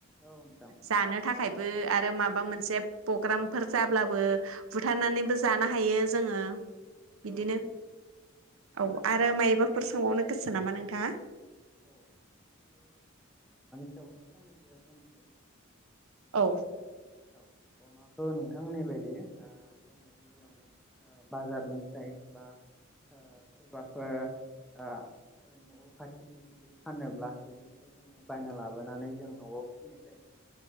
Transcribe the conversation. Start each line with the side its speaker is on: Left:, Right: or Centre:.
Centre: औ नोंथां।
Right: जानो थाखायबो आरो माबा मोनसे प्रग्रामफोर जाब्लाबो बुथारनानैबो जानो हायो जोङो। बिदिनो
Centre: औ
Right: औ आरो मायबाफोर सोंबावनो गोसो नामा नोंथाङा?
Centre: औ औ नों फंनैसै बुंनोसै
Right: औ
Centre: औ अमाखौ नोंथांमोननाय बायदि जोङो गिबियावनो बाजारनिफ्राय बा सोरबाफोर न' खाथिनि जुदि फानोब्ला बेनिफ्राय जोङो बायना लाबोनानै जों न'आव फिनाय जायो